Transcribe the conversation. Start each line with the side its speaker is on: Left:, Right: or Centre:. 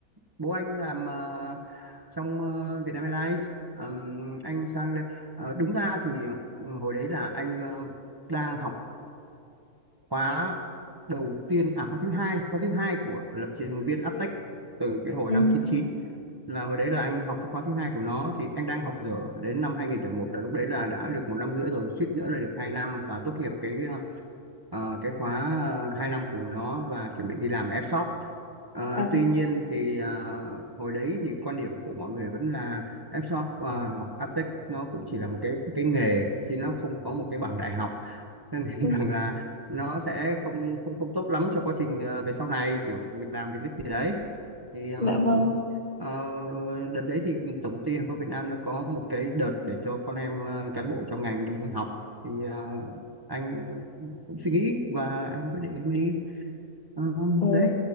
Right: bố anh làm ờ, trong ờ, Vietnam Airlines Ờm, anh sang đây ờ, đúng ra thì ờ, hồi đấy là anh ờ, đang học khóa đầu tiên à khóa thứ hai khóa thứ hai của lập trình viên Aptech từ cái hồi
Left: Ừ,
Right: năm chín chín là hồi đấy là anh học cái khóa thứ hai của nó thì anh đang học dở đến năm 2001 là lúc đấy là đã được một năm rưỡi rồi suýt nữa là được hai năm và tốt nghiệp cái ờ, cái khóa ờ, hai năm của nó và chuẩn bị đi làm ở F-shop Ờ,
Left: à,
Right: tuy nhiên thì ờ, hồi đấy thì quan điểm của mọi người vẫn là F-shop ờ, học Aptech nó cũng chỉ là một cái cái nghề chứ nó không có một cái bằng đại học cho nên <laughs>
Left: ừ,
Right: rằng là nó sẽ không không không tốt lắm cho quá trình ờ, về sau này kiểu việc làm việc gì đấy thì ừm,
Left: dạ vâng.
Right: ờ, đợt đấy thì tổng công ty hàng không Việt Nam đã có một cái đợt để cho con em ờ, cán bộ trong ngành đi học thì ờ, anh cũng suy nghĩ và anh quyết định anh đi Ờ,
Left: Ồ,
Right: đấy